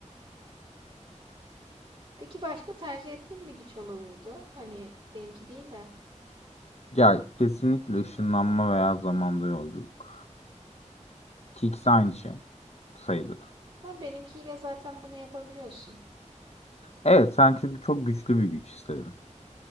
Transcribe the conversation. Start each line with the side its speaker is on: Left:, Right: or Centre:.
Right: Peki başka tercih ettiğin bir güç olur muydu? Hani benimki değil de.
Left: Ya kesinlikle ışınlanma veya zamanda yolculuk. Ki ikisi aynı şey sayılır.
Right: Ama benimkiyle zaten bunu yapabiliyorsun.
Left: Evet sen çünkü çok güçlü bir güç istedin.